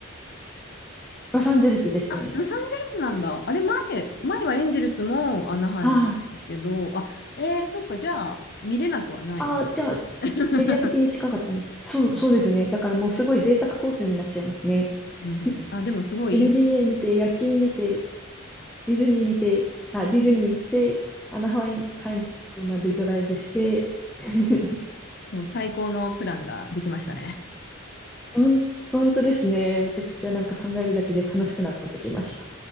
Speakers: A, in the centre; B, on the left.
A: ロサンゼルスですね。
B: あ、ロサンゼルスなんだ。あれ、前、前はエンゼルスもアナハイムだけど、
A: はい。
B: あ、えー、そっか、じゃあ、見れなくはない。
A: あ、じゃあ、
B: <laughs>
A: エリア的に近かったんです。そう、
B: うん
A: そうですね。だからもうすごい贅沢コースになっちゃいますね。<laughs>
B: うんうんうんあ、でも、すごいいい、
A: NBA 見て、野球見て、ディズニー見て、あ、ディズニー行って、アナハイムまでドライブして、<laughs>
B: もう最高のプランができましたね。
A: ほん、本当ですね。めちゃくちゃなんか考えるだけで楽しくなってきました。